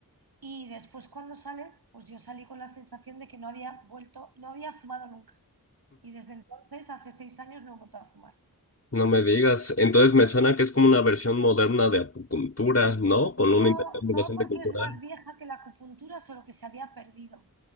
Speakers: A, on the right; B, on the left.
A: Y después cuando sales, pues yo salí con la sensación de que no había vuelto, no había fumado nunca. Y desde entonces, hace seis años, no he vuelto a fumar.
B: No me digas. Entonces me suena que es como una versión moderna de acupuntura, ¿no? Con un
A: No,
B: intercambio
A: no
B: bastante
A: porque
B: cultural.
A: es más vieja que la acupuntura, solo que se había perdido.